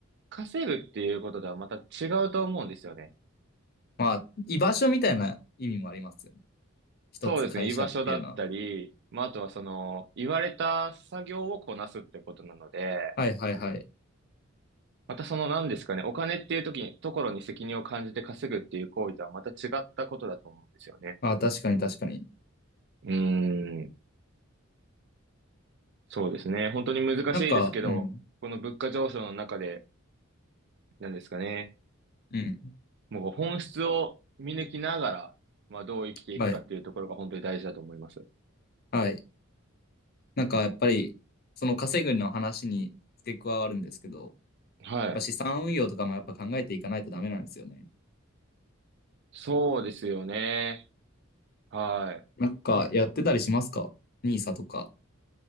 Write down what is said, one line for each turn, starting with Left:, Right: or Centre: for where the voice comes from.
Right: 稼ぐっていうこととはまた違うと思うんですよね。
Left: まあ、居場所みたいな意味もありますよね。一つ会社っていうのは。
Right: そうですね。居場所だったり、まあ、あとはその、言われた作業をこなすってことなので、
Left: はいはいはい。
Right: またその何ですかね、お金っていう時に、ところに責任を感じて稼ぐっていう行為とはまた違ったことだと思うんですよね。
Left: まあ、確かに確かに。
Right: うーん。そうですね。本当に難しいですけど、
Left: なんか、うん。
Right: この物価上昇の中で、何ですかね、
Left: うん。
Right: もう本質を見抜きながら、まあ、どう生きていくかっていうところが本当に大事だと思います。
Left: はい。はい。なんかやっぱり、その稼ぐの話に付け加わるんですけど、
Right: はい。
Left: まあ資産運用とかもやっぱ考えていかないとダメなんですよね。
Right: そうですよね。は
Left: なんかやってたりしますかニーサとか。